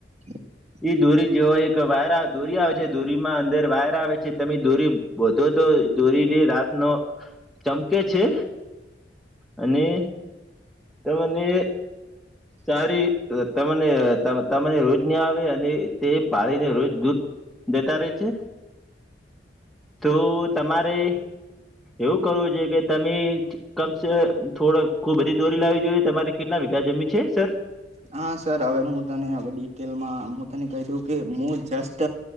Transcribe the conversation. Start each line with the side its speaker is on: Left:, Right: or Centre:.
Right: <inaudible>
Centre: એ દોરી જેવો એક વાયર આવે દોરી આવે છે દોરીમાં અંદર વાયર આવે છે તમે દોરી બોધો તો દોરી જે રાતનો ચમકે છે. અને તમને
Right: હ
Centre: સારી તમને તમ તમને રોજની આવે અને તે પાળીને રોજ દૂધ દેતા રેય છે. તો તમારે એવું કરવું જોઈએ કે તમે કમસે થોડાક ખૂબ બધી દોરી લાવવી જોઈએ તમારે કેટલા વીઘા જમીન છે સર?
Right: હા, સર હવે હું તને હવે ડિટેલમાં હું તને કહી દઉ કે હું, જસ્ટ